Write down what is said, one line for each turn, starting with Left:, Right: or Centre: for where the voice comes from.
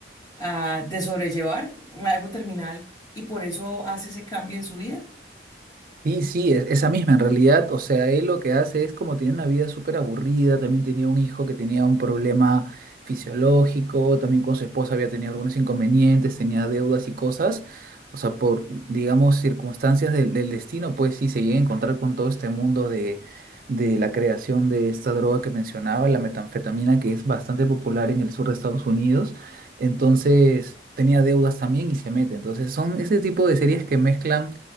Left: ah, de sobrellevar, algo terminal, y por eso hace ese cambio en su vida.
Right: Sí, sí, e- esa misma en realidad, o sea, él lo que hace es como tenía una vida súper aburrida, también tenía un hijo que tenía un problema fisiológico, también con su esposa había tenido algunos inconvenientes, tenía deudas y cosas, o sea, por, digamos, circunstancias del, del destino, pues sí, se llega a encontrar con todo este mundo de, de la creación de esta droga que mencionaba, la metanfetamina, que es bastante popular en el sur de Estados Unidos, entonces tenía deudas también y se mete, entonces son ese tipo de series que mezclan